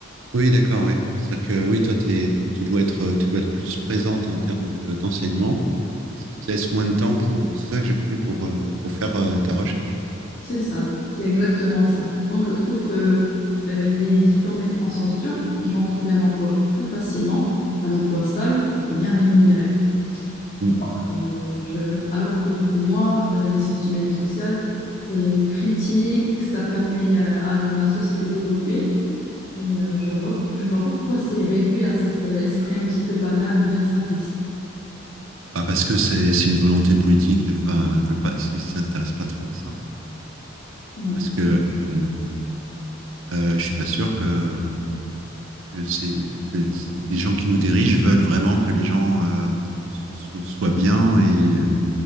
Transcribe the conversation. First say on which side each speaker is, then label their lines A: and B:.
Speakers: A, on the right; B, on the left.
A: Oui, d'accord, oui. C'est-à-dire que oui, toi, t'es- tu dois être, euh, tu dois être plus présente en termes de- d'enseignement, et ce qui te laisse moins de temps pour, euh, c'est ça que j'ai compris, pour, euh, pour faire euh, ta recherche.
B: C'est ça, c'est exactement ça. Donc, je trouve que euh, les diplômés en sciences dures, ils vont trouver un emploi plus facilement, un emploi stable et bien rémunéré.
A: Hmm.
B: Donc, euh, je- Alors que pour moi, euh, les sciences humaines et sociales, c'est critique, ça permet euh, à la société d'évoluer et euh, je ne vois, je vois pas pourquoi c'est réduit à cet euh, esprit un petit peu banal ou bien simpliste.
A: Bah, parce que c'est c'est une volonté politique de, enfin, ils veulent pas, ils s'intéressent pas trop à ça.
B: Ouais.
A: Parce que euh, euh, je suis pas sûr que que c'est que les gens qui nous dirigent veulent vraiment que les gens euh, so- so- soient bien et